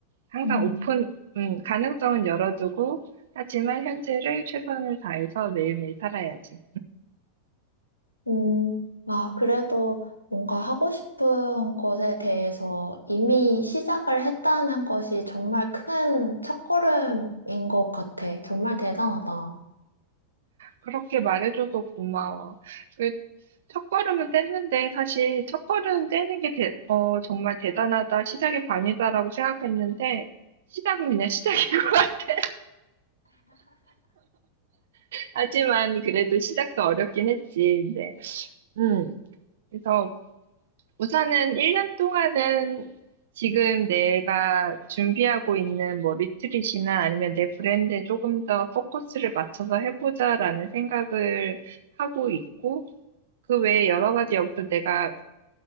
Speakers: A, on the right; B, on the left.
A: 항상
B: 음.
A: 오픈, 음, 가능성은 열어두고, 하지만 현재를 최선을 다해서 매일매일 살아야지.
B: 음, 아, 그래도 뭔가 하고 싶은 것에 대해서 이미 시작을 했다는 것이 정말 큰 첫걸음인 것 같아. 정말 대단하다.
A: 그렇게 말해줘서 고마워. 그 첫걸음은 뗐는데 사실 첫걸음 떼는 게 대- 어, 정말 대단하다, 시작의 반이다라고 생각했는데 시작은 그냥 시작인 <laughs> 것 같아. 하지만 그래도 시작도 어렵긴 했지. 근데 음. 그래서 우선은 1년 동안은 지금 내가 준비하고 있는 뭐 리트릿이나 아니면 내 브랜드에 조금 더 포커스를 맞춰서 해보자라는 생각을 하고 있고, 그 외에 여러 가지 여기서 내가